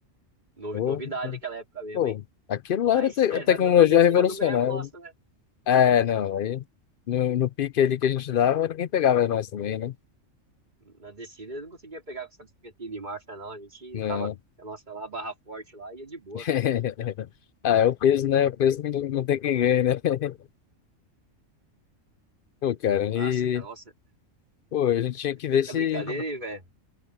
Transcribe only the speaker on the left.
pô,
pô,
aquilo
lá era te
tecnologia
revolucionária.
É, não, aí no, no pique ali que a gente dava, ninguém pegava nós também, né?
Não.
<laughs> Ah, é o peso, né? O peso não, não tem quem ganha, né? <laughs> Pô, cara, e
pô, a gente tinha
que ver
se